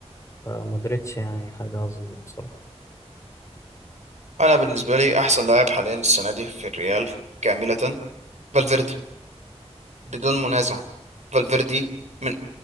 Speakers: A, on the left; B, on the right.
A: فمودريتش يعني حاجة عظيمة بصراحة
B: انا بالنسبه لي احسن لاعب حاليا السنه دي في الريال كامله فالفيردي بدون منازع فالفيردي من